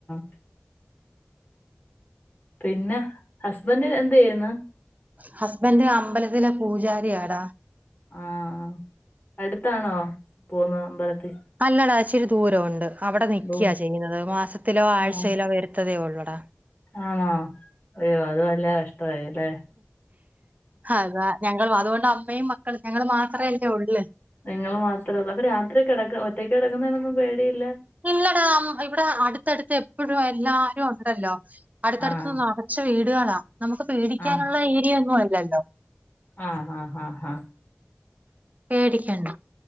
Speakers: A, on the left (about 45°); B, on the right (about 40°).
A: ക് പിന്നെ ഹസ്ബന്റ് എന്തെയ്യുന്ന്
B: ഹസ്ബൻഡ് അമ്പലത്തിലെ പൂജാരിയാടാ
A: ആഹ് അടുത്താണോ പോവുന്ന അമ്പലത്തി
B: അല്ലടാ ഇച്ചിരി ദൂരം ഉണ്ട് അവിടെ നിക്ക്യ
A: ദൂ
B: ചെയ്യുന്നത് മാസത്തിലോ ആഴ്ചയിലോ
A: ആഹ്
B: വരുത്തതെ ഉള്ളൂടാ
A: ആണോ അയ്യോ അത് വല്ല കഷ്ട്ടായില്ലേ
B: അത ഞങ്ങൾ അതുകൊണ്ട് അമ്മയും മക്കള ഞങ്ങള് മാത്രല്ലേ ഉള്ളു
A: നിങ്ങള് മാത്രള്ളൂ അപ്പൊ രാത്രികെടക്ക ഒറ്റക്കിടക്കുന്നതിനൊന്നും പേടിയില്ല
B: ഇല്ലടാ ഇവിടെ അടുത്തടുത്ത് എപ്പോഴും എല്ലാരും ഉണ്ടല്ലോ അടുത്തടുതൊന്നും
A: ആഹ്
B: ആ <unintelligible> നമുക്ക് പേടിക്കാനുള്ള
A: ആഹ്
B: ഏരിയൊന്നും അല്ലല്ലോ
A: ആഹ് ആഹ് ആഹ് ഹ
B: പേടിക്കണ്ട